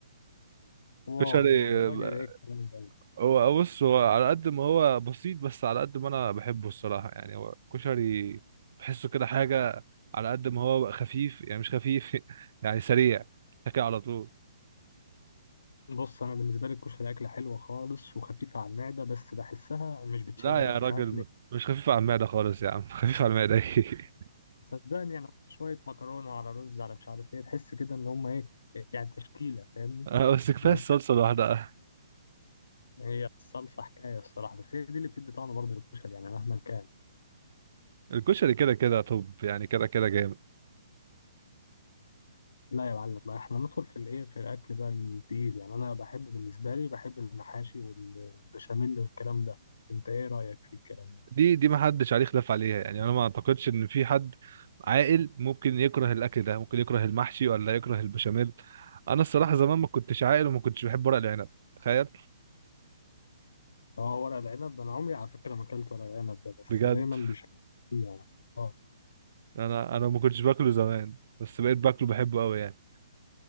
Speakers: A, on the left; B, on the right.
A: واه
B: كشري
A: واه يا راجل
B: آه،
A: ايه الكلام ده
B: هو بص هو على قد ما هو بسيط بس على قد ما انا بحبه الصراحه يعني هو كشري بحسه كده حاجه على قد ما هو خفيف يعني مش خفيف <laughs> يعني سريع تاكل على طول
A: بص انا بالنسبه لي الكشري اكله حلوه خالص وخفيفه على المعده بس بحسها مش بتشبع
B: لا يا راجل
A: مش عارف
B: م-
A: ليه
B: مش خفيف على المعده خالص يا عم <laughs> خفيف على المعده <laughs> ايه
A: صدقني يعني هم شوية مكرونة على رز على مش عارف ايه تحس كده ان هم ايه يعني تشكيلة فاهمني
B: آه، بس كفايه
A: بس
B: الصلصه
A: يعني
B: لوحدها
A: هي الصلصة حكاية الصراحة بس هي دي اللي بتدي طعم برضه للكشري يعني مهما كان
B: الكشري كده كده طب يعني كده كده جامد
A: لا يا معلم بقى احنا ندخل في الايه في الاكل بقى التقيل يعني انا بحب بالنسبة لي بحب المحاشي والبشاميل والكلام ده انت ايه رأيك في الكلام ده؟
B: دي دي ما حدش عليه خلاف عليها يعني انا ما اعتقدش ان في حد عاقل ممكن يكره الاكل ده ممكن يكره المحشي ولا يكره البشاميل انا الصراحه زمان ما كنتش عاقل وما كنتش بحب ورق العنب تخيل
A: اه ورق العنب انا عمري على فكرة ما اكلت ورق العنب ده بس
B: بجد
A: دايما بيشكل فيه يعني اه
B: انا انا ما كنتش باكله زمان بس بقيت باكله بحبه قوي يعني